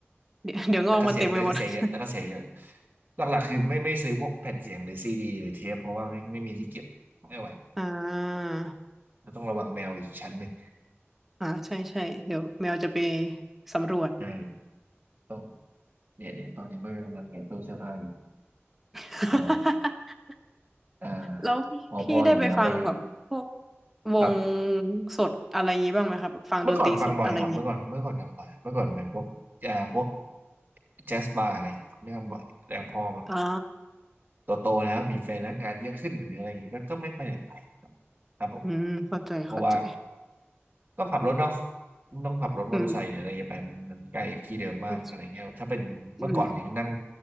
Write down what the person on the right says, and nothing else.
แต่ก็เสียแต่ก็เสียเยอะแต่ก็เสียเยอะ
หลักๆคือไม่ไม่ซื้อพวกแผ่นเสียงหรือซีดีหรือเทปเพราะว่าไม่ไม่มีที่เก็บไม่ไหว
เราต้องระวังแมวอีกชั้นหนึ่ง
ใช่ต้อง เนี่ยเนี่ยตอนนี้เบอร์กำลังแงะตู้เสื้อผ้าอยู่
ใช่อ่า
พอพ่อเห็นแล้วก็หยุด
ครับ
เมื่อก่อนฟังบ่อยครับเมื่อก่อนเมื่อก่อนทำบ่อยเมื่อก่อนไปพวกเอ่าพวกแจ๊สบาร์อะไรอย่างเงี้ยไม่ทำบ่อยแล้วพอแบบ
โตโตแล้วมีแฟนแล้วงานเยอะขึ้นหรืออะไรอย่างเงี้ยก็ก็ไม่ค่อยได้ไปครับผม
เพราะว่าต้องขับรถเนาะต้องขับรถมอเตอร์ไซค์หรืออะไรอย่างเงี้ยไปมันมันไกลจากที่เดิมมากอะไรเงี้ยถ้าเป็นเมื่อก่อนยังนั่ง